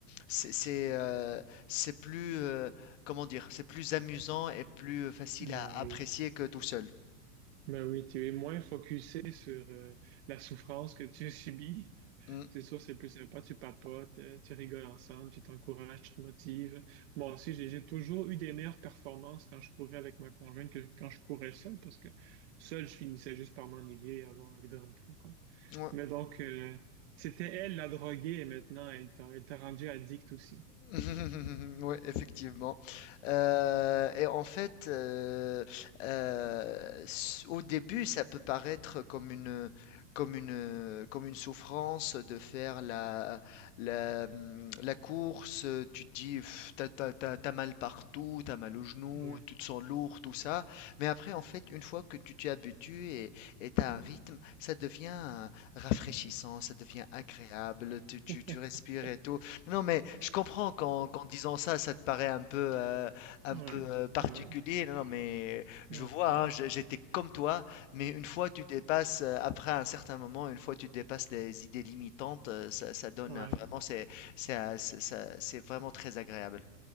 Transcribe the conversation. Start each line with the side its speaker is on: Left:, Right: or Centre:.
Left: c'est c'est, heu, c'est plus, heu, comment dire? C'est plus amusant et plus facile
Right: Ben
Left: à
Right: oui.
Left: apprécier que tout seul.
Right: Ben oui, tu es moins focusé sur euh, la souffrance que tu subis
Left: Mmh.
Right: C'est sûr, c'est plus sympa, tu papotes, euh, tu rigoles ensemble, tu t'encourages, tu te motives. Moi aussi, j'ai j'ai toujours eu des meilleures performances quand je courais avec ma conjointe que quand je courais seul, parce que seul, je finissais juste par m'ennuyer et avoir envie de rentrer, quoi.
Left: Ouais.
Right: Mais donc, euh, c'était elle la droguée et maintenant, elle t'a elle t'a rendu addict aussi.
Left: <laughs> Ouais, effectivement. Euh, et en fait, euh, euh, s- au début, ça peut paraître comme une, comme une, comme une souffrance de faire la, la, hum, la course. Tu te dis, Pff, t'as, t'as- t'as- t'as mal partout, t'as mal au genou,
Right: Ouais.
Left: tu te sens lourd, tout ça. Mais après, en fait, une fois que tu t'y habitues et, et t'as un rythme, ça devient euh, rafraîchissant, ça devient agréable. Tu, tu,
Right: <laughs>
Left: tu respires et tout. Non, mais je comprends qu'en qu'en disant ça, ça te paraît un peu, euh, un
Right: Ouais.
Left: peu euh, particulier.
Right: Ouais.
Left: Non, non, mais je
Right: Ouais.
Left: vois, hein, j'ai- j'étais comme toi, mais une fois tu dépasses, euh, après un certain moment, une fois tu dépasses les idées limitantes, euh, ça, ça donne
Right: Ouais.
Left: euh, vraiment,
Right: <laughs>
Left: c'est, c'est, euh, c'est ça- c'est vraiment très agréable.